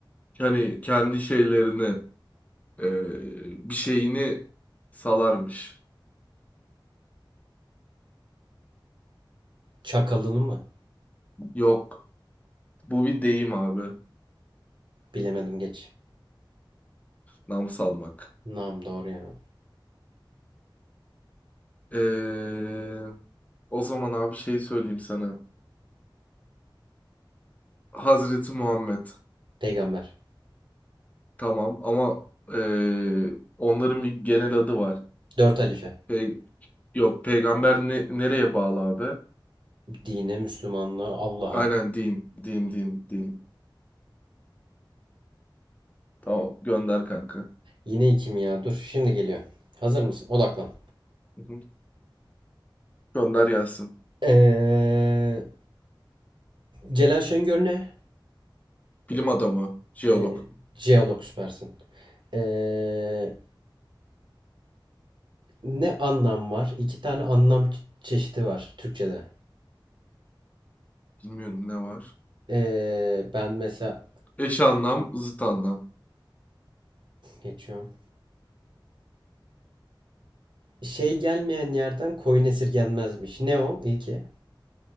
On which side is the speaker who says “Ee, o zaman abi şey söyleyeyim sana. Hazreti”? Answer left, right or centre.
Left